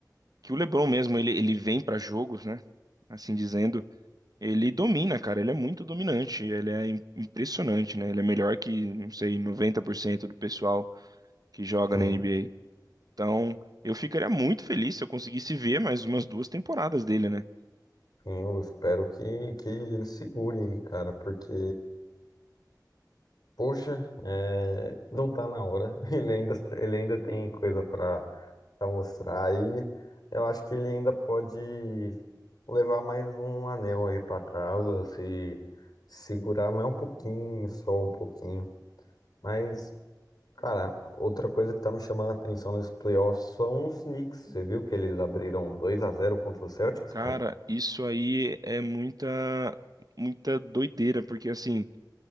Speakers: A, on the right (about 60°); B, on the left (about 65°).
A: que o LeBron mesmo ele, ele vem para jogos, né? Assim dizendo, ele domina, cara. Ele é muito dominante, ele é im- impressionante, né? Ele é melhor que, não sei, 90% do pessoal que joga
B: Sim,
A: na NBA. Então, eu ficaria muito feliz se eu conseguisse ver mais umas duas temporadas dele, né?
B: sim, eu espero que, que ele segure aí, cara, porque. Poxa, é, não tá na hora. <laughs> Ele ainda, ele ainda tem coisa pra pra mostrar e eu acho que ele ainda pode levar mais um anel aí pra casa, se segurar mais um pouquinho, só um pouquinho. Mas, cara, outra coisa que tá me chamando a atenção nesse playoff são os Knicks. Você viu que eles abriram 2 a zero contra os Celtics,
A: Cara,
B: cara?
A: isso aí é muita, muita doideira, porque assim,